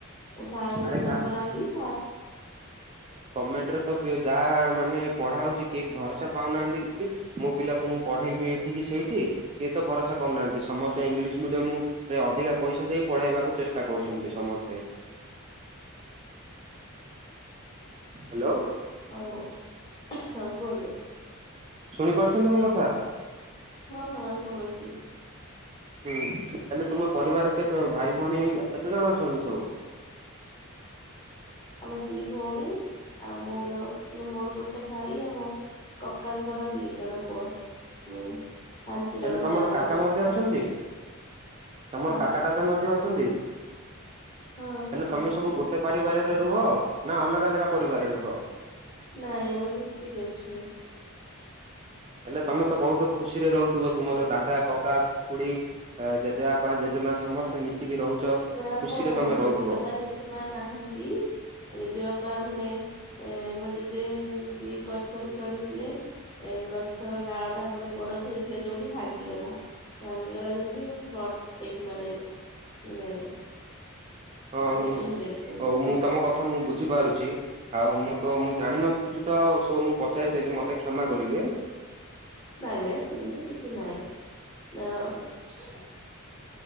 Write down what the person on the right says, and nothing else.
ଆରେ
କା
ଗମେଣ୍ଟରେତ ଯାହା ମାନେ ପଢା ହଉଛି କେହି ଭରସା ପାଉନାହାନ୍ତିକି। ମୋ ପିଲାକୁ ମୁଁ ପଢେଇବି ଏଠିକି ସେଇଠି କିଏତ ଭରସା କରୁନାହାନ୍ତି ସମସ୍ତେ ଇଂଲିଶ ମିଡିୟମୁ ସେ ଅଧିକା ପଇସା ଦେଇ ପଢେଇବାକୁ ଚେଷ୍ଟା କରୁଛନ୍ତି ସମସ୍ତେ। ହାଲୋ
ଶୁଣିପାରୁଛନ୍ତି ମୋକଥା।
ହୁଁ ହେଲେ ତୁମ ପରିବାର କେତେ ଭାଇ ଭଉଣୀ କେତେ ଜଣ ଅଛନ୍ତି ସବୁ।
ହେଲେ ତମର
କାକା
ମଧ୍ୟ ଅଛନ୍ତି ତମର
କାକା ଦାଦା ମଧ୍ୟ ଅଛନ୍ତି ହେଲେ
ତମେ
ସବୁ
ଗୋଟେ ପାର ଗୋଟେ ପରିବାରରେ ରୁହ ନାଁ ଅଲଗା ଅଲଗା ପରିବାରରେ ରୁହ।
ହେଲେ ତମେତ ବହୁତ ଖୁସିରେ ରହୁଥିବ ତୁମର ଦାଦା କକା ଖୁଡି ଆଁ ଜେଜେବାପା ଜେଜେମା ସମସ୍ତେ ମିଶିକି ରହୁଛ
ଖୁସିରେ ତମେ
ରହୁଥିବ।
ହଁ
ମୁଁ
ହଉ ମୁଁ ତମ କଥା ମୁଁ ବୁଝିପାରୁଛି। ଆଉ ମୁଁତ ମୁଁ ଜାଣିନଥିଲିତ ସବୁ ମୁଁ ପଚାରି ଦେଲି ମତେ କ୍ଷମା କରିବେ।